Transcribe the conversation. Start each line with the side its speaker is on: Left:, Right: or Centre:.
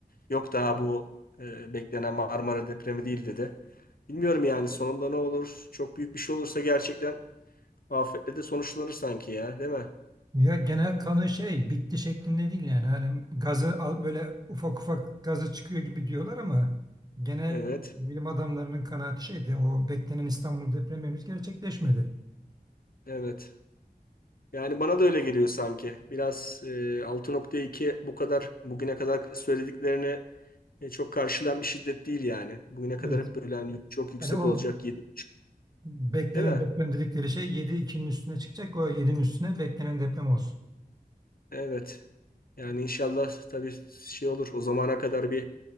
Left: yok daha bu e, beklenen Marmara depremi değil dedi. Bilmiyorum yani sonunda ne olur? Çok büyük bir şey olursa gerçekten afetle de sonuçlanır sanki ya, değil mi?
Right: Ya genel kanı şey bitti şeklinde değil yani hani gazı al, böyle ufak ufak gazı çıkıyor gibi diyorlar ama genel
Left: Evet,
Right: bilim adamlarının kanaati şeydi o beklenen İstanbul depremi henüz gerçekleşmedi.
Left: evet. Yani bana da öyle geliyor sanki. Biraz e, altı nokta iki bu kadar bugüne kadar söylediklerine e, çok karşılan bir şiddet değil yani. Bugüne kadar
Right: Evet.
Left: hep böyle hani çok yüksek
Right: Yani o
Left: olacak 7.5
Right: beklenen
Left: değil mi?
Right: deprem dedikleri şey 7 ikinin üstüne çıkacak o yedi'nin üstüne beklenen deprem olsun.
Left: Evet. Yani inşallah tabii şey olur. O zamana kadar bir